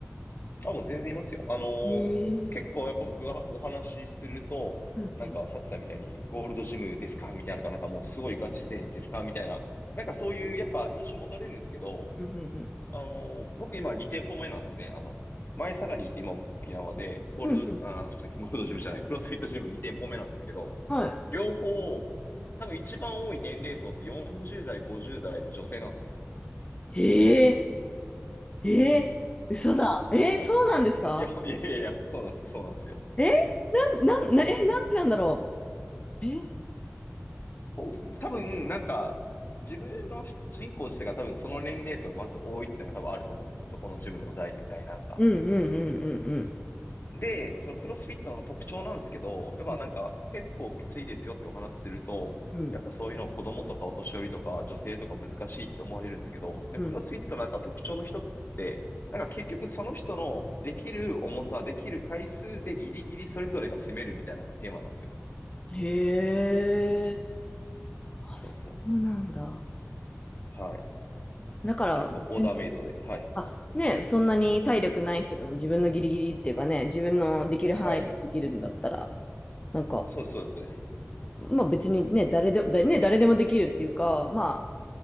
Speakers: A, on the left (about 45°); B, on the left (about 25°).
A: あ、もう全然いますよ。あのー結構やっぱ僕がお話しすると、
B: へえ。うんうん。
A: なんか、サチさんみたいに、ゴールドジムですかみたいなのか、なんかもうすごいガチ勢ですかみたいな、なんかそういう、やっぱ印象持たれるんですけど、
B: うんうんうん。
A: あのー僕今2店舗目なんですね。あの、前佐賀にいて今沖縄で、ゴールド、
B: うんうん。
A: あー、すみません、ゴールドジムじゃない、クロスフィットジム2店舗目なんですけど、
B: はい。
A: 両方、多分一番多い年齢層って40代、50代の女性なんですよ。
B: へえ、ええ、嘘だ。
A: そうなんです。
B: えそうなんですか
A: はい。いや、いやいやいや、そうなんです、そうなんですよ。
B: えなん、なん、な、え、なんでなんだろう。え
A: そうですね。多分、なんか、自分の人口自体が多分その年齢層がまず多いっていうのが多分あると思うんですよ。どこのジムでも大体なんか。
B: うんうんうんうん
A: で、そのクロスフィットの特徴なんですけど、やっぱなんか結構きついですよってお話しすると、
B: うんうん。うん
A: やっぱそういうのを子供とかお年寄りとか女性とか難しいって思われるんですけど、でクロスフィットなんか特徴の一つって、
B: うん。
A: なんか結局その人のできる重さ、できる回数でギリギリそれぞれが攻めるみたいなのがテーマなんですよ。
B: へえ、あ、
A: そうそ
B: そうなんだ。
A: う。はい。
B: だから、
A: 結構オーダーメイドで。
B: 別
A: はい。
B: あ、ね、そんなに体力ない人でも自分のギリギリっていうかね、自分のできる範囲でできるんだったら、
A: はい。
B: なんか、
A: そうです、そうです。
B: まあ別にね、誰でも、だね、誰でもできるっていうか、まあ、